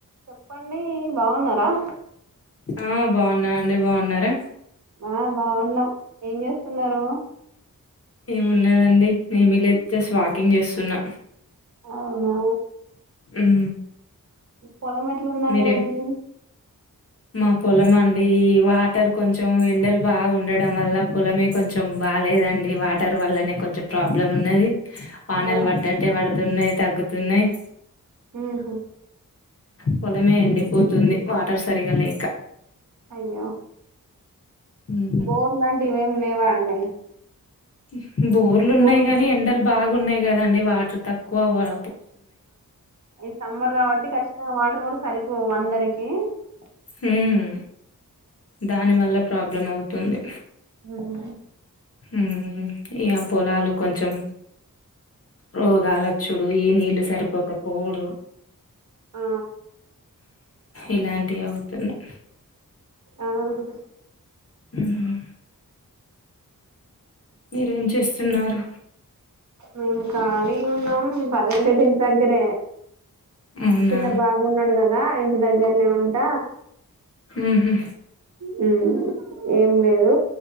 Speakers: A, on the right; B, on the left.
A: చెప్పండి బాగున్నరా?
B: ఆ బాగున్నాండి బాగున్నారా
A: ఆ బాగున్నాం ఏం చేస్తున్నారు
B: ఏమున్నదండి ఏమి లేదు జస్ట్ వాకింగ్ చేస్తున్నా
A: అవునా
B: మ్మ్
A: పొలం ఎట్లుందండి
B: మీరేం
A: మీది
B: మా పొలం అండి వాటర్ కొంచెం ఎండలు బాగా ఉండడం వల్ల పొలమే కొంచెం బాలేదండి వాటర్ వల్లనే కొంచెం ప్రాబ్లం ఉన్నది వానలు
A: ఆ
B: పడ్డట్టే పడుతున్నాయి తగ్గుతున్నాయి్
A: హ్మ్ హు
B: పొలమే ఎండిపోతుంది వాటర్ సరిగా లేక
A: అయ్యో
B: ఉమ్.
A: బోర్ లాంటివి ఇవేమి లేవా అండి
B: ఇ బోర్లు
A: బోర్
B: ఉన్నాయి కానీ ఎండలు బాగా ఉన్నాయి కదండి వాటర్ తక్కువ వర
A: ఈ సమ్మర్ కాబట్టి ఖచ్చితంగా వాటర్ కూడా సరిపోవు అందరికి ఏ
B: హ్మ్ దాని వల్ల ప్రాబ్లం అవుతుంది
A: మ్మ్
B: మ్మ్ ఇగ పొలాలు కొంచెం రోగాలు వచ్చుడు ఈ నీళ్ళు సరిపోక పోవుడు
A: ఆ
B: ఇలాంటివి అవుతున్నాయి
A: ఆహా
B: మ్మ్ మీరేం చేస్తున్నారు
A: మేము ఖాళీ ఉన్నాం పదదింటి దగ్గరే
B: అవునా
A: చిన్న బాబు ఉన్నాడు కదా టి దగ్గరనే ఉంట
B: ఉహు
A: మ్మ్ హ్మ్ ఏం లేదు